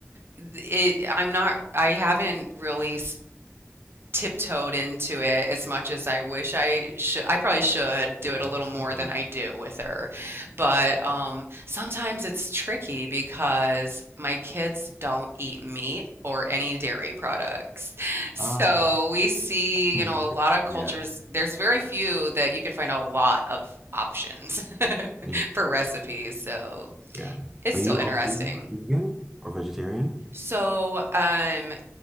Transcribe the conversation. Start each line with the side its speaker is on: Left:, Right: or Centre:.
Right: it I'm not I haven't really tiptoed into it as much as I wish I should. I probably should do
Centre: <laughs> Fair,
Right: it a little more
Centre: fair,
Right: than I do with her. But
Centre: fair.
Right: um, sometimes it's tricky because my kids don't eat meat or any dairy products. So
Centre: Ah,
Right: we see,
Centre: <laughs>
Right: you know, a lot of
Centre: yeah,
Right: cultures, there's very few that you can find a lot of options <laughs>
Centre: yeah,
Right: for recipes. So
Centre: yeah.
Right: it's
Centre: Are
Right: still
Centre: you,
Right: interesting.
Centre: are you vegan or vegetarian?
Right: So, um,